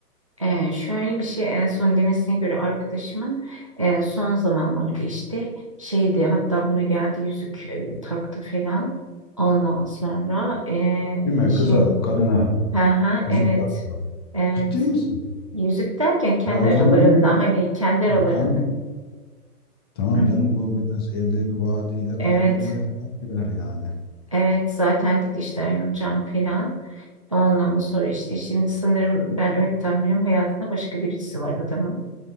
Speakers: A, on the right (about 25°); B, on the left (about 15°).
A: Ee, şöyle bir şey en son demesine göre arkadaşımın e, son zamanlarda işte şeydi hatta buna geldi yüzük e, taktı falan. Ondan sonra e,
B: Değil mi?
A: işin
B: Kıza, kadına
A: ha
B: yüzük
A: evet
B: taktı.
A: evet
B: Ciddi misin?
A: yüzük derken kendi
B: E o
A: aralarında
B: zaman
A: hani kendi aralarında
B: canım, tamam
A: Hı,
B: canım bu biraz evdeki vaadiyle
A: evet
B: kandırmaya falan girer yani.
A: evet zaten dedi işte ayrılacağım falan. Ondan sonra işte şimdi sanırım ben öyle tahminim hayatında başka birisi var adamın.